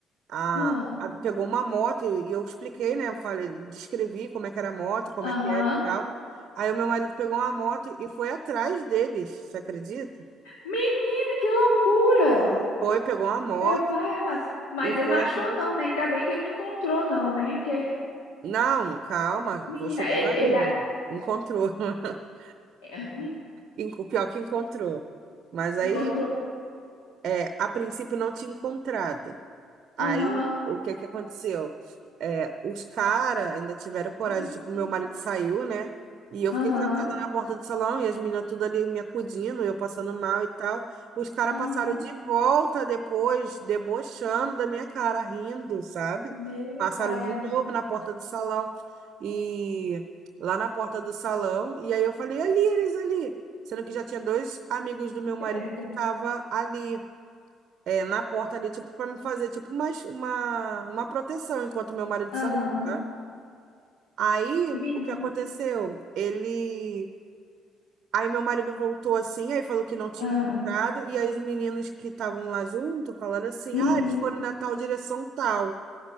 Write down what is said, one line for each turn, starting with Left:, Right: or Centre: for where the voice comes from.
Right: a,
Left: Ah,
Right: a- pegou uma moto e eu expliquei, né? Eu falei, descrevi como é que era a moto, como
Left: Aham.
Right: é que era e tal. Aí o meu marido pegou uma moto e foi atrás deles, você acredita?
Left: Menino, que loucura!
Right: Foi, pegou uma moto
Left: Meu pai amado. Mas
Right: e foi
Left: ele não achou,
Right: atrás.
Left: não, né? Ainda bem que ele não encontrou, não, né? Que...
Right: Não, calma,
Left: Menina,
Right: vou chegar
Left: ele,
Right: lá ainda.
Left: ele a-
Right: Encontrou. <laughs>
Left: é, men-
Right: Enco- Pior que encontrou. Mas aí,
Left: encontrou.
Right: é, a princípio não tinha encontrado. Aí,
Left: Aham.
Right: o que que aconteceu? É, os caras ainda tiveram coragem.
Left: Menina,
Right: Tipo,
Left: que perigo.
Right: meu marido saiu, né? E eu
Left: Aham.
Right: fiquei sentada na porta do salão e as meninas tudo ali me acudindo, eu passando mal e tal. Os caras
Left: Aham.
Right: passaram de volta depois, debochando da minha cara, rindo, sabe?
Left: Meu
Right: Passaram
Left: pai
Right: de
Left: amado.
Right: novo na porta do salão. E lá na porta do salão. E aí eu falei, ali, eles ali. Sendo que já tinha dois amigos do meu marido
Left: Credo.
Right: que estavam ali é, na porta ali, tipo, pra me fazer, tipo, uma, uma, uma proteção enquanto meu marido
Left: Aham.
Right: saiu, né? Aí,
Left: Menina.
Right: o que aconteceu? Ele. Aí, meu marido voltou assim, aí falou que não tinha
Left: Ah.
Right: encontrado, e aí os meninos que estavam lá junto falaram assim:
Left: Uhum.
Right: ah, eles foram na tal direção tal.